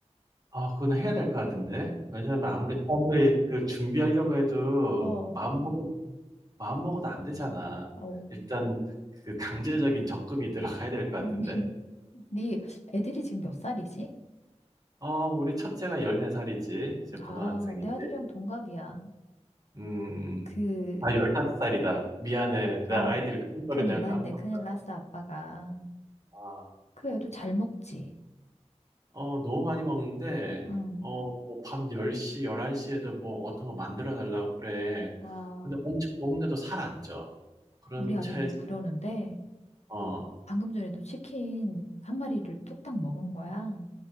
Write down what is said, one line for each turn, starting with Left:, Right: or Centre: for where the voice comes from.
Right: 아 그거는 해야 될 것 같은데. 왜냐하면 아무리 사람들이 그 준비하려고 해도
Left: 어,
Right: 마음먹어 마음먹어도 안 되잖아.
Left: 어.
Right: 일단 그 강제적인 적금이 들어가야 될 것 같은데.
Left: <laughs> 네 애들이 지금 몇 살이지?
Right: 어 우리 첫째가 14 살이지. 이제 고등학생이지.
Left: 아, 내 아들이랑 동갑이야.
Right: 음.
Left: 그,
Right: 아 15 살이다. 미안해. 내
Left: 어,
Right: 아이들이 큰 거를
Left: 큰일
Right: 내가
Left: 났네.
Right: 까먹었다.
Left: 큰일 났어, 아빠가.
Right: 아.
Left: 그 애도 잘 먹지.
Right: 어 너무 많이 먹는데
Left: 응.
Right: 어 뭐 밤 1 0 열한 1 1에도 뭐 어떤 거 만들어 달라고 그래.
Left: 와,
Right: 근데 엄청 먹는데도 살 안 쪄. 그런
Left: 우리 아들도
Right: 체질
Left: 그러는데.
Right: 어,
Left: 방금 전에도 치킨 한 마리를 뚝딱 먹은 거야.